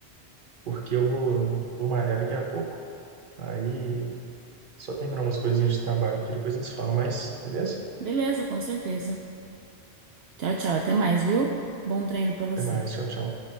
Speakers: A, on the right; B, on the right.
A: porque eu vou, vou malhar daqui a pouco. Aí Só terminar umas coisinhas de trabalho que depois a gente se fala mais, beleza?
B: Beleza, com certeza. Tchau, tchau, até mais, viu? Bom treino pra você.
A: Até mais, tchau, tchau.